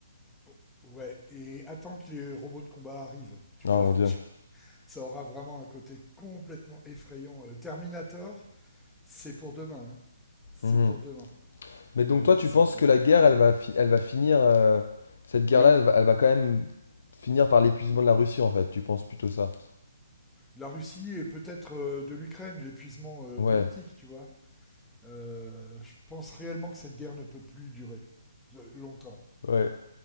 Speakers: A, in the centre; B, on the left (about 50°).
A: <laughs> ouais, et attends que les robots de combat arrivent. Tu
B: Ah,
A: vas,
B: mon Dieu.
A: <laughs> tu... ça aura vraiment un côté complètement effrayant. Euh, Terminator, c'est pour demain. Hein. C'est
B: Mhm.
A: pour demain.
B: Mais donc,
A: Le,
B: toi, tu
A: cette,
B: penses que
A: euh,
B: la guerre, elle va, fi- elle va finir. euh, cette guerre-là,
A: oui,
B: elle va, elle va quand même finir par l'épuisement de la Russie, en fait. Tu penses plutôt ça.
A: la Russie et peut-être euh, de l'Ukraine, l'épuisement euh,
B: Ouais,
A: politique, tu vois. Euh, je pense réellement que cette guerre ne peut plus durer euh, longtemps.
B: ouais.